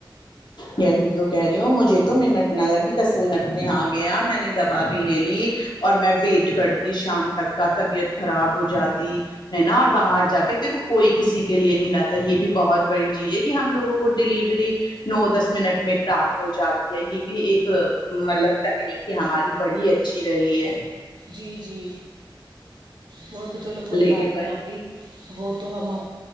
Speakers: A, on the left; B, on the right.
A: یہی تو کہہ رہی ہو مجھے تو منٹ نہ لگی دس منٹ میں آ گیا میں نے دوا بھی لے لی اور میں ویٹ کرتی شام تک کا طبیعت خراب ہو جاتی ہے نا اور باہر جا کے تے کو کوئی کسی کے لیے نہیں لاتا یہ بھی بہت بڑی چیز ہے کہ ہم لوگوں کو وہ ڈیلیوری نو دس منٹ میں پراپت ہو جاتی ہے یہ بھی ایک مطلب تکنیکی ہماری بڑی اچھی رہی ہے
B: جی جی وہ تو چلو کوئی
A: لیکن
B: بات نہیں آپی وہ تو ہم ہم